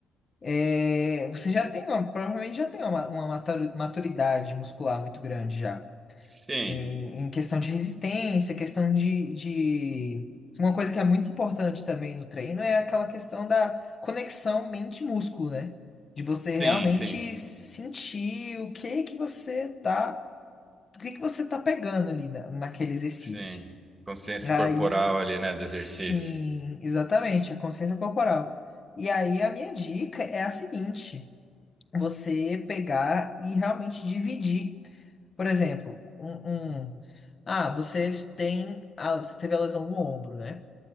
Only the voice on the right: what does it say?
Sim,
sim,
sim,
sim. Consciência
corporal ali, né, do
exercício.